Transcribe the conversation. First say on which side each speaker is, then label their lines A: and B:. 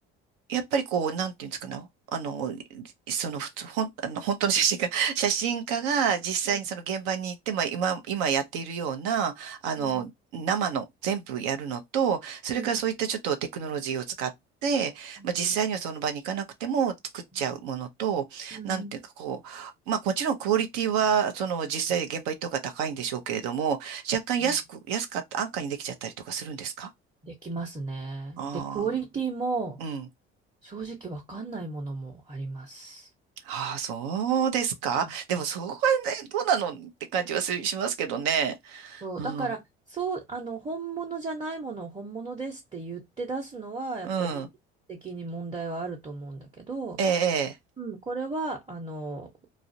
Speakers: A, on the right; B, on the right.
A: やっぱりこう、なんていうんですかね。あの、その、ふつほん、あの、本当の写真家、<laughs> 写真家が実際にその現場に行って、
B: うん
A: まあ、今、今やっているような、あの、
B: うん
A: 生の全部やるのと、それからそういったちょっとテクノロジーを使って、
B: うんうん
A: まあ、実際にはその場に行かなくても作っちゃうものと、
B: うん。
A: なんていうかこう、まあもちろんクオリティはその実際現場行った方が高いんでしょうけれども、若干安く、
B: うん
A: 安かった安価にできちゃったりとかするんですか
B: できますね。
A: あ
B: で、クオリティも
A: あー、うん
B: 正直わかんないものもあります。
A: ああ、そうですか。
B: うん
A: でも、そこはね、どうなのって感じはするしますけどね。
B: そう、
A: うん。
B: だから、そう、あの、本物じゃないものを本物ですって言って出すのは、やっぱり的に問題はあると思うんだけど、
A: うん。ええ、
B: うん、これは、あの、